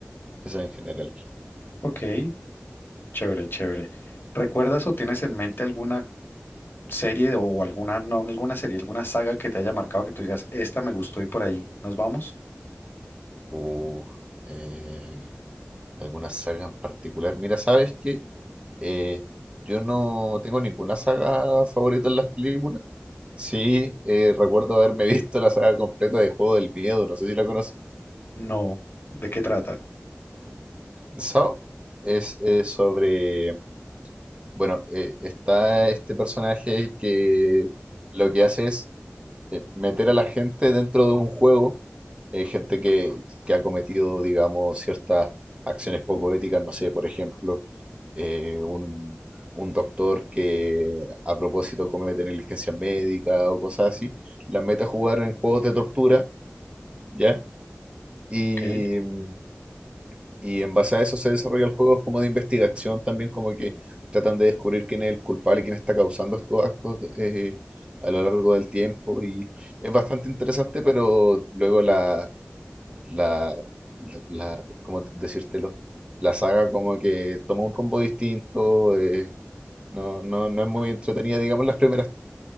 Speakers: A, on the right (about 25°); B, on the left (about 50°).
A: Eso en general.
B: Ok, chévere, chévere. ¿Recuerdas o tienes en mente alguna serie o alguna, no alguna serie, alguna saga que te haya marcado que tú digas, esta me gustó y por ahí, ¿nos vamos?
A: Uh, eh, ¿alguna saga en particular? Mira, ¿sabes qué? Eh, yo no tengo ninguna saga favorita en las películas. Sí, eh, recuerdo haberme <laughs> visto la saga completa de Juego del Miedo, no sé si la conoces.
B: No. ¿De qué trata?
A: so es, eh, sobre, bueno, eh, está este personaje que lo que hace es eh, meter a la gente dentro de un juego, eh, gente que, que ha cometido, digamos, ciertas acciones poco éticas, no sé, por ejemplo, eh, un, un doctor que a propósito comete negligencia médica o cosas así, las mete a jugar en juegos de tortura, ¿ya? Y,
B: Ok,
A: mm, y en base a eso se desarrollan juegos como de investigación también, como que tratan de descubrir quién es el culpable, quién está causando estos actos eh, a lo largo del tiempo. Y es bastante interesante, pero luego la, la, la, la- ¿cómo de- decírtelo? La saga como que toma un rumbo distinto, eh, no, no, no es muy entretenida, digamos, las primeras